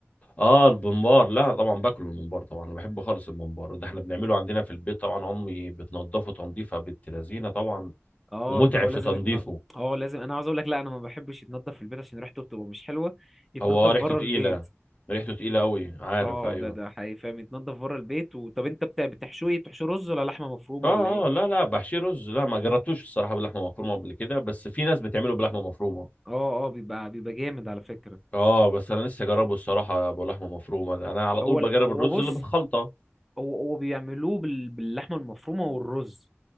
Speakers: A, on the left; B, in the centre.
A: اه البمبار لا طبعا باكله الممبار طبعا انا بحبه خالص الممبار ده احنا بنعمله عندنا في البيت طبعا امي بتنضفه تنظيفه بنت لذينه طبعا
B: اه
A: ومتعب
B: ان هو
A: في
B: لازم
A: تنظيفه
B: يتنضف اه لازم انا عاوز اقول لك لا انا ما بحبش يتنضف في البيت عشان ريحته بتبقى مش حلوه يتنضف
A: هو آه،
B: بره
A: ريحته تقيله
B: البيت
A: ريحته تقيله قوي عارف
B: اه
A: ايوه
B: ده ده حقيقي فاهم يتنضف بره البيت و... طب انت بتاع بتحشوه ايه بتحشوه رز ولا لحمه مفرومه
A: اه
B: ولا ايه
A: اه لا لا بحشيه رز لا ما جربتوش الصراحه باللحمه مفرومه قبل كده بس في ناس بتعمله بلحمه مفرومه
B: اه اه بيبقى بيبقى جامد على فكره
A: اه بس انا لسه جربه الصراحه بلحمه مفرومه ده. انا على طول
B: هو
A: بجرب
B: ال... هو
A: الرز
B: بص
A: اللي بالخلطه
B: هو هو بيعملوه بال... باللحمه المفرومه والرز